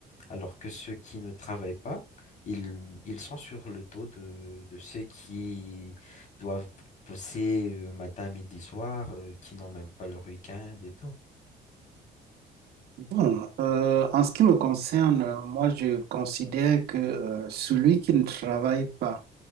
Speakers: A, on the left; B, on the right.
A: Alors que ceux qui ne travaillent pas, ils, ils sont sur le dos de, de ceux qui doivent bosser euh, matin, midi, soir, euh, qui n'ont même pas leur week-end et tout.
B: Bon, euh, en ce qui me concerne, moi, je considère que euh, celui qui ne travaille pas,